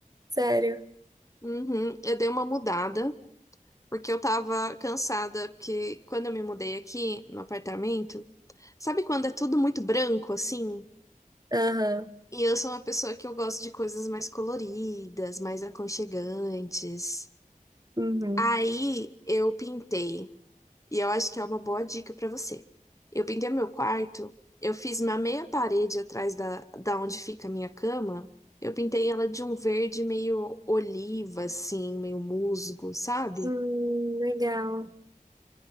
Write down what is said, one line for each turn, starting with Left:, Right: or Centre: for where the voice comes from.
Right: Sério?
Left: Uhum, eu dei uma mudada, porque eu tava cansada, porque quando eu me mudei aqui no apartamento, sabe quando é tudo muito branco assim?
Right: Aham.
Left: E eu sou uma pessoa que eu gosto de coisas mais coloridas, mais aconchegantes.
Right: Uhum.
Left: Aí eu pintei. E eu acho que é uma boa dica pra você. Eu pintei meu quarto, eu fiz uma meia parede atrás da, da onde fica a minha cama. Eu pintei ela de um verde meio oliva, assim, meio musgo, sabe?
Right: Hum, legal.